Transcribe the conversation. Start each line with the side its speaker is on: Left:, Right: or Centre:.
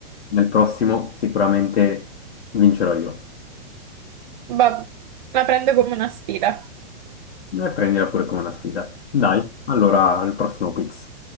Left: nel prossimo sicuramente vincerò io.
Right: Vabbè, la prendo come una sfida.
Left: E prendila pure come una sfida. Dai, allora al prossimo quiz.